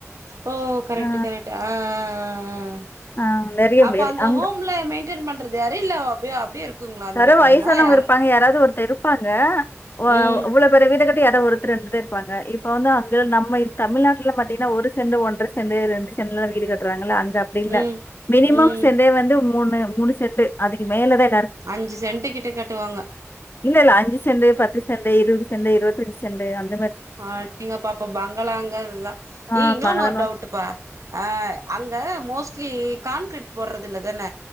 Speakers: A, on the right; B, on the left.
A: ஓ கரெக்ட்டு
B: ஆ,
A: கரெக்ட்டு ஆஹ் ஆஹ்ஹ்ஹ்
B: ஆ நெறைய
A: அப்ப
B: பேரு.
A: அந்த
B: அங்க
A: ஹோம்ல மெயின்டென் பண்றது யாரு இல்ல அப்டியே அப்டியே இருக்குங்களா அந்த
B: யாரோ
A: வீட்லல்லா
B: வயசானவங்க
A: யாரு
B: இருப்பாங்க யாராவது ஒரு இருப்பாங்க வோ
A: ம்
B: இவ்வளோ பெரிய வீடு கட்டி எதாஉடு ரெண்டுதே இருப்பாங்க இப்ப வந்து அங்க நம்ம தமிழ்நாட்டுல பாத்தீங்கன்னா ஒரு செண்டு ஒண்ரசெண் ரெண்டு லாம் வீடு கட்ட ட்றாங்கல்ல அங்க அப்டி இல்ல
A: ம்
B: மினிமம்
A: ம்
B: செண்டே வந்து மூணு மூணு செட்டு அதுக்கு மேல தா
A: அஞ்சு சென்டு கிட்ட கட்டுவாங்க
B: இல்ல இல்ல அஞ்சு செண்டு பத்து செண்டு இருபது செண்டு இருபத்தஞ்சு செண்டு அந்
A: அடேங்கப்பா அப்ப பங்களாங்கறது இதுதா
B: ஆ
A: ஏய் இன்னொன்னு
B: பங்களாதாங்க.
A: ஒரு டவுட்டுப்பா அஹ் அங்க மோஸ்ட் க்சுவலி கான்கிரீட் போட்றது இல்லதான